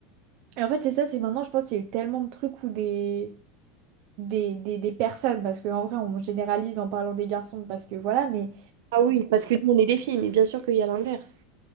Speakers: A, on the right; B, on the right.
A: Et en fait, c'est ça, c'est maintenant, je pense qu'il y a eu tellement de trucs où des, des, des, des personnes, parce qu'en vrai, on généralise en parlant des garçons, parce que voilà, mais.
B: Ah oui, parce que nous, on est des filles, mais bien sûr qu'il y a l'inverse.